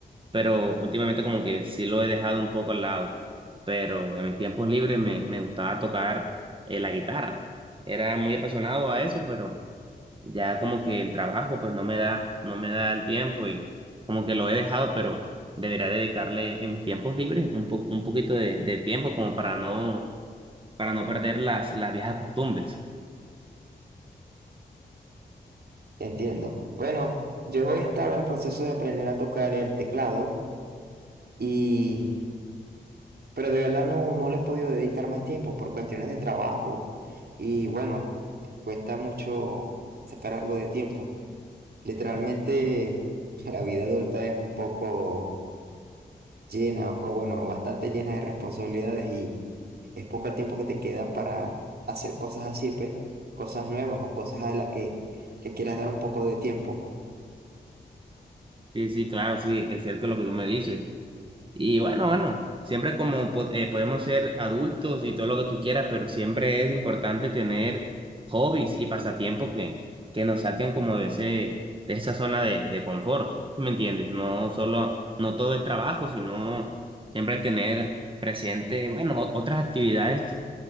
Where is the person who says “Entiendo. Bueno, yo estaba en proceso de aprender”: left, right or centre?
Right